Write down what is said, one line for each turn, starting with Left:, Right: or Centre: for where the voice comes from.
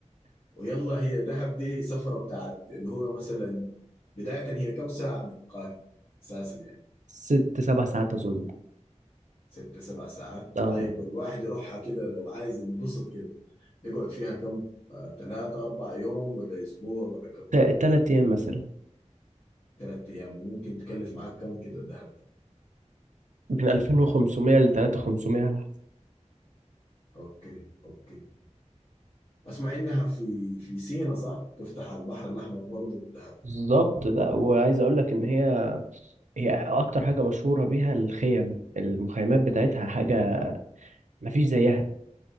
Left: ويلا هي دهب دي سفرة بتاعت اللي هو مثلا بداية هي كم ساعة من القاهرة اساسا يعني؟
Right: ست سبع ساعات اظن
Left: ست سبع ساعات
Right: اه
Left: طيب الواحد يروحها كده لو عايز ينبسط كده يقعد فيها كم آه، تلاتة أربع يوم ولا أسبوع ولا كم
Right: تا- تلات ايام مثلا
Left: تلات أيام وممكن تكلف معاك كم كده دهب دي
Right: من 2500 ل 3500 على حسب
Left: أوكي أوكي أسمع إنها في في سينا صح تفتح على البحر الأحمر برضه دهب دي
Right: بالظبط لا وعايز اقول لك ان هي هي اكتر حاجه مشهوره بيها الخيم المخيمات بتاعتها حاجه مفيش زيها